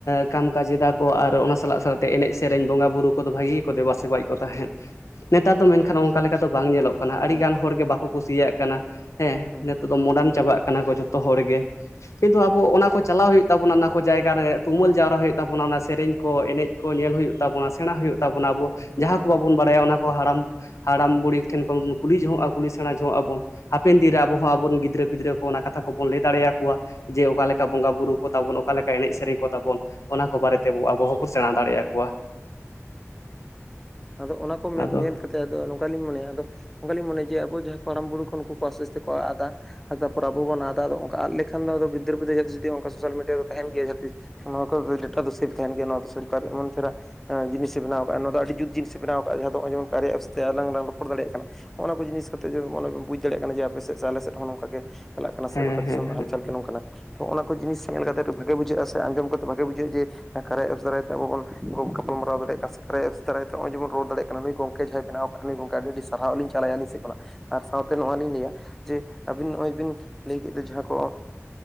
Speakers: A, on the left (about 75°); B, in the centre.
A: ᱠᱟᱢ ᱠᱟᱡ ᱮᱫᱟ ᱠᱚ ᱟᱨ ᱚᱱᱟ ᱥᱟᱞᱟᱜ ᱥᱟᱞᱟᱜᱛᱮ ᱮᱱᱮᱡ ᱥᱮᱨᱮᱧ ᱵᱚᱸᱜᱟᱼ ᱵᱩᱨᱩ ᱠᱚᱫᱚ ᱵᱷᱟᱜᱤ ᱜᱮᱠᱚ ᱫᱮᱵᱟᱼᱥᱮᱵᱟᱭᱮᱫ ᱠᱚ ᱛᱟᱦᱮᱸᱫ᱾ ᱱᱮᱛᱟᱨ ᱫᱚ ᱢᱮᱱᱠᱷᱟᱱ ᱚᱝᱠᱟ ᱞᱮᱠᱟ ᱫᱚ ᱵᱟᱝ ᱧᱮᱞᱚᱜ ᱠᱟᱱᱟ ᱟᱹᱰᱤᱜᱟᱱ
B: ᱦᱩᱸ
A: ᱦᱚᱲᱜ ᱵᱟᱠᱚ ᱠᱩᱥᱤᱭᱟᱜ ᱠᱟᱱᱟ ᱦᱮᱸ
B: ᱦᱩᱸ
A: ᱱᱤᱛᱚᱜ ᱫᱚ ᱢᱚᱰᱟᱱ
B: ᱦᱩᱸ
A: ᱪᱟᱵᱟᱜ ᱠᱟᱱᱟ ᱠᱚ ᱡᱚᱛᱚ ᱦᱚᱲ ᱜᱮ ᱠᱤᱱᱛᱩ ᱟᱵᱚ ᱚᱱᱟ ᱠᱚ ᱪᱟᱞᱟᱣ ᱦᱩᱭᱩᱜ ᱛᱟᱵᱚᱱᱟ ᱚᱱᱟ ᱠᱚ ᱡᱟᱭᱜᱟ ᱨᱮ ᱛᱩᱢᱟᱹᱞ ᱡᱟᱣᱨᱟ ᱦᱩᱭᱩᱜ ᱛᱟᱵᱚᱱᱟ᱾ ᱚᱱᱟ ᱥᱮᱨᱮᱧ ᱠᱚ ᱮᱱᱮᱡ ᱠᱚ ᱧᱮᱞ ᱦᱩᱭᱩᱜ ᱛᱟᱵᱚᱱᱟ ᱥᱮᱬᱟ ᱦᱩᱭᱩᱜ ᱛᱟᱵᱚᱱᱟ ᱟᱵᱚ
B: ᱦᱩᱸ
A: ᱡᱟᱦᱟᱸ ᱠᱚ ᱵᱟᱵᱚᱱ ᱵᱟᱲᱟᱭᱟ ᱚᱱᱟ ᱠᱚ ᱦᱟᱲᱟᱢ ᱦᱟᱲᱟᱢ- ᱵᱩᱲᱦᱤ ᱴᱷᱮᱱ ᱠᱷᱚᱱ ᱵᱚᱱ ᱠᱩᱞᱤ ᱡᱚᱚᱜᱼᱟ ᱠᱩᱞᱤ ᱥᱮᱬᱟ ᱡᱚᱝᱟᱜᱼᱟ ᱵᱚᱱ ᱦᱟᱯᱮᱱ ᱫᱤᱱ ᱨᱮ ᱟᱵᱚ ᱦᱚᱸ ᱟᱵᱚᱨ ᱨᱮᱱ ᱜᱤᱫᱽᱨᱟᱹ ᱯᱤᱫᱽᱨᱟᱹ ᱠᱚ ᱚᱱᱟ ᱠᱟᱛᱷᱟ ᱠᱚᱵᱚᱱ ᱞᱟᱹᱭ ᱫᱟᱲᱮᱭᱟᱠᱚᱣᱟ ᱡᱮ ᱚᱠᱟ ᱞᱮᱠᱟ
B: ᱦᱩᱸ
A: ᱵᱚᱸᱜᱟᱼ ᱵᱩᱨᱩ ᱠᱚ ᱛᱟᱵᱚᱱ ᱚᱠᱟ ᱞᱮᱠᱟ ᱮᱱᱮᱡ ᱥᱮᱨᱮᱧ ᱠᱚ ᱛᱟᱟᱵᱚᱱ ᱚᱱᱟ ᱠᱚ ᱵᱟᱨᱮᱛᱮ ᱟᱵᱚ ᱦᱚᱸᱵᱚᱱ ᱥᱮᱬᱟ ᱫᱟᱲᱮ ᱟᱠᱚᱣᱟ
B: ᱟᱫᱚ ᱚᱱᱟ ᱠᱚ
A: ᱟᱫᱚ
B: ᱢᱮ ᱧᱮᱞ ᱠᱟᱛᱮ ᱟᱫᱚ ᱱᱚᱝᱠᱟ ᱞᱤᱧ ᱢᱚᱱᱮ ᱟᱫᱚ ᱱᱚᱝᱠᱟ ᱞᱤᱧ ᱢᱚᱱᱮᱭᱟ ᱡᱮ ᱟᱵᱚ ᱡᱟᱦᱟᱸᱭ ᱠᱚ ᱦᱟᱲᱟᱢ ᱵᱩᱬᱩ ᱠᱷᱚᱱ ᱩᱱᱠᱩ ᱠᱚ ᱯᱟᱥᱮᱥ ᱛᱮᱠᱩ ᱟᱲᱟ ᱫᱟ ᱾ ᱛᱟᱨᱯᱚᱨ ᱟᱵᱚ ᱵᱚᱱ ᱟᱫᱟ ᱟᱫᱚ ᱚᱝᱠᱟ ᱟᱫ ᱞᱮᱠᱷᱟᱱ ᱫᱚ ᱟᱫᱚ ᱜᱤᱫᱟᱹᱨ ᱯᱤᱫᱟᱹᱨ ᱡᱟᱦᱟᱸ ᱛᱤᱥ ᱡᱩᱫᱤ ᱚᱝᱠᱟ ᱥᱳᱥᱟᱞ ᱢᱤᱰᱤᱭᱟ ᱨᱮᱫᱚ ᱛᱟᱦᱮᱱ ᱜᱮᱭᱟ ᱡᱟᱦᱟᱸᱛᱤᱥ ᱱᱚᱣᱟ ᱠᱚ ᱰᱮᱴᱟ ᱫᱚ ᱥᱮᱯᱷ ᱛᱟᱦᱮᱱ ᱜᱮᱭᱟ ᱱᱚᱣᱟ ᱫᱚ ᱥᱚᱨᱠᱟᱨ ᱮᱢᱚᱱ ᱪᱮᱦᱨᱟ ᱡᱤᱱᱤᱥᱮ ᱵᱮᱱᱟᱣ ᱱᱚᱣᱟ ᱫᱚ ᱟᱹᱰᱤ ᱡᱩᱛ ᱡᱤᱱᱤᱥ ᱵᱮᱱᱟᱣᱟᱜᱼᱟ᱾ ᱡᱟᱦᱟᱸ ᱫᱚ ᱟᱸᱡᱚᱢᱠᱟᱜ ᱨᱮᱭᱟᱜ ᱩᱥᱛᱟᱹ ᱟᱞᱟᱝ ‌ᱞᱟᱝ ᱨᱚᱲ ᱫᱟᱲᱮᱭᱟᱜ ᱠᱟᱱᱟ᱾ ᱱᱚᱜ-ᱚ ᱱᱚᱣᱟ ᱠᱚ ᱡᱤᱱᱤᱥ ᱠᱟᱛᱮᱜᱮ ᱢᱟᱱᱮ ᱯᱮ ᱵᱩᱡᱽ ᱫᱮᱭᱟᱜ ᱠᱟᱱᱟ ᱡᱮ ᱟᱯᱮ ᱥᱮᱫ ᱥᱮ ᱟᱞᱮ ᱥᱮᱫ ᱦᱚᱸ ᱱᱚᱝᱠᱟ ᱜᱮ ᱪᱟᱞᱟᱜ ᱠᱟᱱᱟ
A: ᱦᱮᱸ
B: ᱥᱮ ᱜᱚᱴᱟ
A: ᱦᱮᱸ
B: ᱫᱤᱥᱚᱢ ᱦᱟᱞᱪᱟᱞ ᱜᱮ ᱱᱚᱝᱠᱟ ᱛᱚ ᱱᱚᱜ-ᱚᱱᱟ ᱠᱚ ᱡᱤᱱᱤᱥ ᱧᱮᱞ ᱠᱟᱛᱮ ᱵᱷᱟᱜᱮ ᱵᱩᱡᱷᱟᱹᱜᱼᱟ ᱥᱮ ᱟᱸᱡᱚᱢ ᱠᱟᱛᱮ ᱵᱷᱟᱜᱮ ᱵᱩᱡᱷᱟᱹᱜᱼᱟ ᱡᱮ ᱠᱟᱨᱭᱟ ᱮᱯᱥ ᱫᱟᱨᱟᱭᱛᱮ ᱟᱵᱚ ᱵᱚᱱ ᱜᱟᱯᱟᱞᱢᱟᱨᱟᱣ ᱫᱟᱲᱮᱭᱟᱜ ᱠᱟᱱᱟ ᱥᱮ ᱨᱮ ᱮᱥ ᱫᱟᱨᱟᱭ ᱛᱮ ᱦᱚᱸᱜ-ᱚᱭ ᱡᱮᱵᱚᱱ ᱨᱚᱲ ᱫᱟᱲᱮᱭᱟᱜ ᱠᱟᱱᱟ ᱱᱩᱭ ᱜᱚᱝᱠᱮ ᱡᱟᱦᱟᱸᱭ ᱵᱮᱱᱟᱣ ᱦᱳᱭ ᱜᱚᱝᱠᱮ ᱟᱹᱰᱤ ᱥᱟᱨᱦᱟᱣ ᱞᱤᱧ ᱪᱟᱞᱟᱭᱟ ᱟᱹᱞᱤᱧ ᱥᱮᱫ ᱠᱷᱚᱱᱟᱜ ᱟᱨ ᱥᱟᱶᱛᱮ ᱱᱚᱣᱟ ᱞᱤᱧ ᱞᱟᱹᱭᱟ ᱡᱮ ᱟᱹᱵᱤᱱ ᱱᱚᱜᱼᱚᱭ ᱵᱤᱱ ᱞᱟᱹᱭ ᱠᱮᱫ ᱫᱚ ᱡᱟᱦᱟᱸ ᱠᱚ